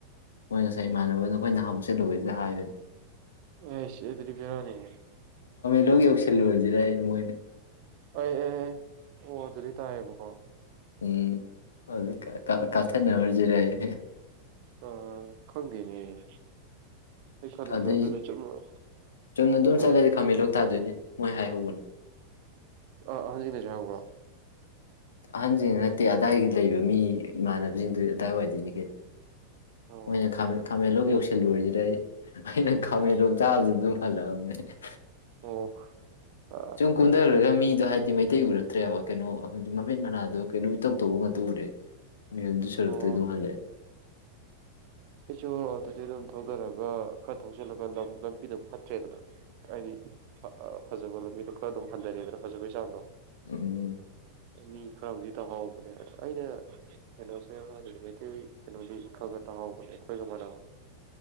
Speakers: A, on the left (about 65°); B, on the right (about 45°).
A: ꯃꯣꯏ ꯉꯁꯥꯏ ꯏꯃꯥꯟꯅꯕꯅ ꯅꯈꯣꯏ ꯅꯍ ꯆꯠꯂꯨꯕꯩꯗꯨꯗ ꯍꯥꯏꯕꯅꯦ
B: ꯑꯩꯁ ꯑꯗꯨꯗꯤ ꯕꯦꯔꯥꯅꯤꯍꯦ
A: ꯂꯣꯛ ꯌꯧꯁꯤꯜꯂꯨꯔꯁꯤꯔꯌꯦ ꯃꯣꯏꯅ
B: ꯑꯩ ꯑꯦ ꯑꯦ ꯑꯣ ꯑꯗꯨꯗꯩ ꯇꯥꯏꯌꯦꯕꯀꯣ
A: ꯎꯝ ꯑꯗꯨꯗꯩꯩ ꯀꯥ ꯀꯥ ꯀꯥꯞꯊꯠ ꯅꯔꯨꯔꯁꯤꯔꯥꯌꯦ
B: ꯑꯥ꯫ ꯈꯪꯗꯦꯅꯦꯑꯩ ꯑꯩ ꯈꯜꯂꯤꯁꯤ
A: ꯑꯗꯨꯏ
B: ꯑꯗꯨꯗꯖꯨ ꯑꯃꯨꯛ
A: ꯆꯨꯝꯅ ꯑꯗꯨꯝ
B: ꯀꯔꯤ꯫
A: ꯆꯠꯂꯗꯤ ꯈꯥꯃꯦꯟꯂꯣꯛ ꯇꯥꯗꯣꯏꯅꯦ ꯃꯣꯏ ꯍꯥꯏꯍꯧꯕꯅꯤ꯫
B: ꯑꯣ ꯑ <unintelligible>
A: ꯑꯍꯟꯁꯤꯡꯅ ꯅꯠꯇꯦ ꯑꯗꯥꯏꯒꯤ ꯂꯩꯕ ꯃꯤ ꯏꯃꯥꯟꯅꯕꯁꯤꯡꯗꯨ ꯑꯗꯥꯏ ꯋꯥꯏꯗꯣꯏꯅꯤ ꯀꯩꯅꫭ
B: ꯑꯣ
A: ꯃꯣꯏꯅ ꯈꯥꯃꯦꯟꯂꯣꯛ ꯌꯧꯁꯤꯜꯂꯨꯔꯤꯁꯤꯔꯌꯦ꯫ ꯑꯩꯅ ꯈꯥꯃꯦꯟ
B: ꯑꯣ
A: ꯂꯣꯛ ꯇꯥꯕꯗꯨꯗ ꯑꯗꯨꯝ꯫ ꯍꯜꯂꯛꯑꯃꯤ ꯑꯩ꯫
B: ꯑꯣ꯫ ꯑꯥ
A: ꯁꯨꯝ ꯀꯨꯝꯗꯒ꯭ꯔꯨꯒ ꯃꯤꯗꯣ ꯍꯥꯏ꯫ ꯃꯩꯇꯩ ꯎꯔꯛꯇ꯭ꯔꯦꯕ ꯀꯩꯅꯣ ꯃꯃꯤꯠ ꯃꯅꯥꯗꯣ ꯀꯩꯅꯣꯝ ꯏꯇꯧ ꯇꯧꯕ ꯉꯥꯇ ꯎꯔꯦ꯫ ꯃꯤꯍꯨꯟꯖꯨ ꯁꯨꯔꯛꯇ꯭ꯔꯦ
B: ꯑꯣ
A: ꯑꯗꯨꯝ ꯍꯜꯂꯛꯑꯦ꯫
B: ꯑꯩꯁꯨ ꯑꯗꯨꯗꯤ ꯑꯗꯨꯝ ꯊꯧꯗꯔꯒ ꯈꯔ ꯊꯧꯖꯤꯜꯂꯒ ꯂꯝꯕꯤ ꯑꯗꯨꯝ ꯐꯠꯇ꯭ꯔꯦꯗꯅ ꯍꯥꯏꯗꯤ ꯐꯖꯕ ꯂꯝꯕꯤꯗꯣ ꯈꯔ ꯑꯗꯨꯝ ꯍꯟꯊꯔꯦꯗꯅ ꯐꯖꯕꯩ ꯆꯥꯡꯗꯣ꯫
A: ꯎꯝ꯫
B: ꯃꯤ ꯈꯔꯕꯨꯗꯤ ꯇꯥꯍꯥꯎꯕꯅꯦ ꯑꯩꯅ ꯀꯩꯅꯣ <unintelligible> ꯃꯩꯇꯩ ꯀꯩꯅꯣꯗꯤ ꯈꯔꯈꯛ ꯇꯥꯍꯧ꯫ ꯍꯧꯕꯅꯦ ꯑꯩꯈꯣꯏꯒꯃꯥꯟꯅꯕ